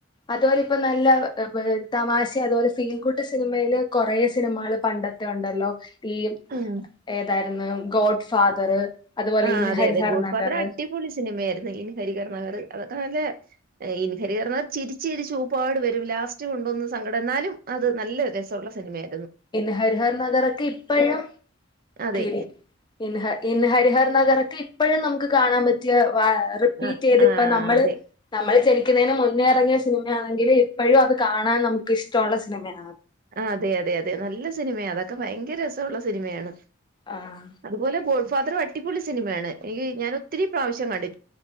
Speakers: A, on the left; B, on the right.
A: അതുപോലെ ഇപ്പ നല്ല <unintelligible> തമാശ അതുപോലെ ഫീൽഗുട്ട് സിനിമയില് കൊറേ സിനിമകള് പണ്ടത്തെ ഒണ്ടല്ലോ ഈ
B: ആഹ്
A: ഏതാ <unintelligible> ഗോഡ് ഫാദറ് അതുപോലെ
B: ആഹ്
A: ഇൻ
B: അതെ
A: ഹരിഹർ
B: അതെ ഗോഡ്
A: നഗർ
B: ഫാദർ അടിപൊളി സിനിമയായിരുന്നു ഇൻ ഹരിഹർ നഗർ അതൊക്കെ നല്ല ഇൻ ഹരിഹർ നഗർ ചിരിച്ച് ചിരിച്ച് ഉപ്പാട് വരും ലാസ്റ്റ് കൊണ്ടൊന്ന് സങ്കടം എന്നാലും അത് നല്ല രസമുള്ള സിനിമയാ
A: ഇൻ ഹരിഹർ നഗറക്കെ ഇപ്പഴും
B: അതെ
A: കിരി ഇൻ ഹ ഇൻ ഹരിഹർ നഗറൊക്കെ ഇപ്പഴും നമുക്ക് കാണാൻ പ റ്റിയ വ റിപീറ്റ്
B: ആഹ്
A: ചെയ്തിപ്പ
B: ആഹ്
A: നമ്മള്
B: അതെ
A: നമ്മൾ ജനിക്കുന്നതിന് മുൻ ന്നെ ഇറങ്ങിയ സിനിമയാണെങ്കിലും ഇപ്പഴും അത് കാണാൻ നമുക്ക് ഇഷ്ട്ടോള്ള സിനിമയ
B: അതെ അതെ അതെ നല്ല സിനിമയാ അതൊക്കെ ഭയങ്കര രസൊള്ള സിനിമയാണ്
A: ആഹ്
B: അതുപോലെഗോ ഡ്ഫാദറും അടിപൊളി സിനിമയാണ് എനിക്ക് ഞാൻ ഒത്തിരി പ്രാവശ്യം കണ്ടി